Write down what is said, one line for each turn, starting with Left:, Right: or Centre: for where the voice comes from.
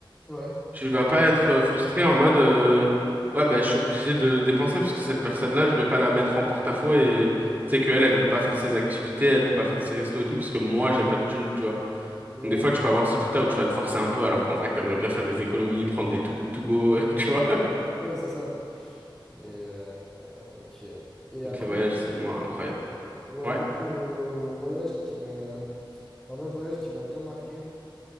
Centre: Ouais,
Right: Tu vas pas être euh, frustré en mode euh, ouais ben je suis obligé de dépenser parce que cette personne-là je vais pas la mettre en porte-à-faux et tu sais qu'elle elle peut pas faire ses activités elle peut pas faire ses restos et tout parce que moi j'ai pas de thune tu vois
Centre: ouais,
Right: donc des fois tu peux avoir ce truc-là où tu vas te forcer un peu alors qu'en vrai t'aimerais bien faire des économies prendre des too good to go <laughs> tu vois
Centre: ouais, c'est ça. Mais, euh, ok. Et
Right: donc
Centre: après,
Right: les voyages c'est seulement incroyable
Centre: Ouais,
Right: ouais
Centre: moi, mon, mon voyage qui m'a. Un autre voyage qui m'a bien marqué.